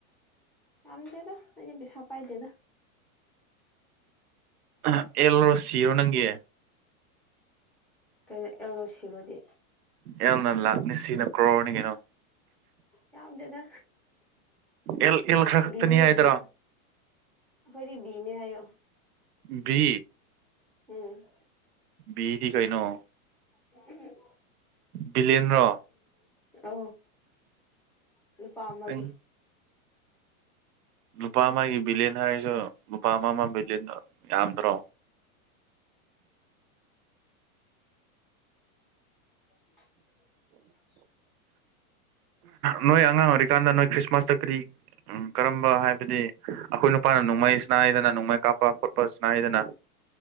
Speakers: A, in the centre; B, on the right.
A: ꯌꯥꯝꯗꯗꯣ ꯑꯗꯨ ꯍꯥꯄꯥꯏꯗꯗ
B: ꯑꯦꯂꯔꯣ ꯁꯤꯔꯣ ꯅꯪꯒꯤ
A: ꯀꯥꯏꯅ ꯑꯦꯂ ꯁꯤꯔꯣꯗꯤ
B: ꯑꯦ ꯅ ꯂꯥꯛꯅꯤ ꯁꯤꯅ ꯀ꯭ꯔꯣꯔꯅꯤ ꯀꯩꯅꯣ
A: ꯌꯥꯎꯗꯗ
B: ꯑꯦꯜ ꯑꯦꯜ ꯈꯔ ꯈꯛꯇꯅꯤ
A: ꯅꯤꯕꯤ
B: ꯍꯥꯏꯗ꯭ꯔꯣ
A: ꯑꯩꯈꯣꯏꯗꯤ ꯕꯤꯅꯦ ꯍꯥꯏꯌꯣ
B: ꯕꯤ
A: ꯎꯝ
B: ꯕꯤꯗꯤ ꯀꯩꯅꯣ
A: ꯎꯝ
B: ꯕꯤꯂꯦꯟꯗ꯭ꯔ
A: ꯑ ꯅꯨꯄꯥ ꯑꯃꯒꯤ
B: ꯅꯪ ꯂꯨꯄꯥ ꯑꯃꯒꯤ ꯕꯤꯂꯤꯌꯟ ꯍꯥꯏꯔꯁꯨ ꯅꯨꯄꯥ ꯑꯃ ꯑꯃ ꯕꯤꯂꯤꯌꯟ ꯌꯥꯝꯗ꯭ꯔꯣ
A: <unintelligible>
B: ꯅꯣꯏ ꯑꯉꯥꯡ ꯑꯣꯏꯔꯤꯀꯥꯟꯗ ꯅꯣꯏ ꯈ꯭ꯔꯤꯁꯃꯥꯁꯇ ꯀꯔꯤ ꯎꯝ ꯀꯔꯝꯕ ꯍꯥꯏꯕꯗꯤ ꯑꯩꯈꯣꯏ ꯅꯨꯄꯥꯅ ꯅꯣꯡꯃꯩ ꯁꯅꯥꯏꯗꯅ ꯅꯣꯡꯃꯩ ꯀꯥꯞ ꯆꯣꯠꯄ ꯈꯣꯠꯄꯁꯨꯅꯥꯏꯗꯅ